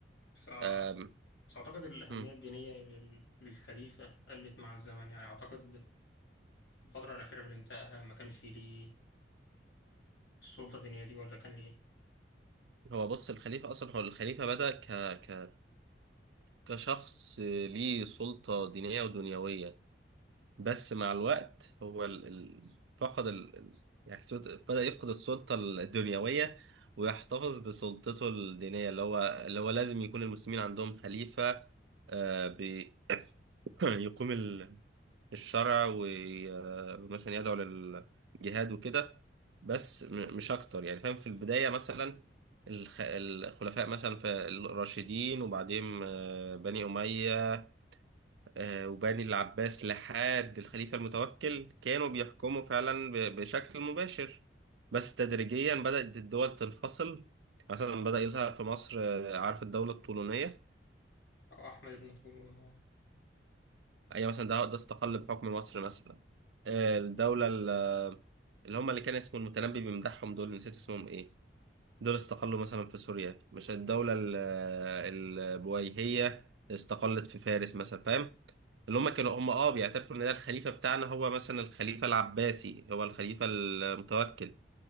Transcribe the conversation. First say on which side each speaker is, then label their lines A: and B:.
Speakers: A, on the left (about 70°); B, on the right (about 80°).
A: بس أع-
B: آم،
A: بس أعتقد الأهمية
B: مم.
A: الدينية لل- للخليفة قلت مع الزمن يعني أعتقد الفترة الأخيرة اللي انتهاها ما كانش ليه السلطة الدينية دي ولا كان ليه؟
B: هو بص الخليفة أصلا هو الخليفة بدأ ك... ك... كشخص ليه سلطة دينية ودنيوية بس مع الوقت هو ال... ال... فقد ال... ال- يعني فت- بدأ يفقد السلطة الدنيوية ويحتفظ بسلطته الدينية اللي هو اللي هو لازم يكون المسلمين عندهم خليفة آه، ب... <clears throat> <laughs> يقوم ال- الشرع ومثلا يدعو للجهاد وكده بس م- مش اكتر يعني فاهم في البداية مثلا الخ- الخلفاء مثلا في الراشدين وبعدين آه، بني أمية آه، وبني العباس لحد الخليفة المتوكل كانوا بيحكموا فعلا ب- بشكل مباشر بس تدريجيا بدأت الدول تنفصل مثلا بدأ يظهر في مصر آه، عارف الدولة الطولونية
A: أو أحمد بن طولون أه
B: ايوه مثلا ده ده استقل بحكم مصر مثلا آه، الدولة ال- اللي هم اللي كان اسمه المتنبي بيمدحهم دول نسيت اسمهم ايه دول استقلوا مثلا في سوريا مش الدولة ال- البويهية استقلت في فارس مثلا فاهم اللي هم كانوا هم اه بيعترفوا ان ده الخليفة بتاعنا هو مثلا الخليفة العباسي هو الخليفة المتوكل